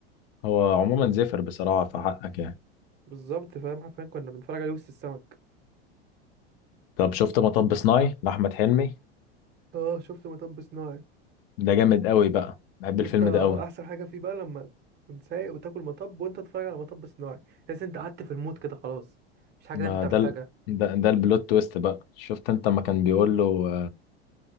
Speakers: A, on the left; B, on the right.
A: هو عموما زفر بصراحه في حقك يعني
B: بالظبط فاهم حرفيا كنا بنتفرج عليه وسط السمك
A: طب شفت مطب صناعي لاحمد حلمي
B: اه شفت مطب صناعي
A: ده جامد قوي بقى بحب
B: يا
A: الفيلم
B: اسطى
A: ده قوي
B: احسن حاجه فيه بقى لما تكون سايق وتاكل مطب وانت تتفرج على مطب صناعي تحس انت قعدت في المود كده خلاص مش حاجه
A: ما
B: انت
A: ده
B: محتاجها
A: ال... ده, ده البلوت تويست بقى شفت انت ما كان بيقول له